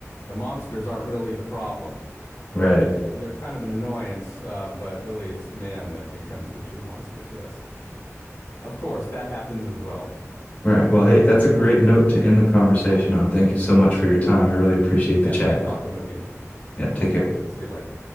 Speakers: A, on the left; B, on the left.
A: the monsters aren't really the problem.
B: right.
A: They're kind of an annoyance, uh, but really it's man that becomes the true monsters. Yes. Of course, that happens as well.
B: Right. Well, hey, that's a great note to end the
A: Yeah.
B: conversation on. Thank
A: Perfect.
B: you so much for your time. I really appreciate
A: Yeah,
B: the chat.
A: great talking with you.
B: Yeah, take
A: We'll
B: care.
A: see you later.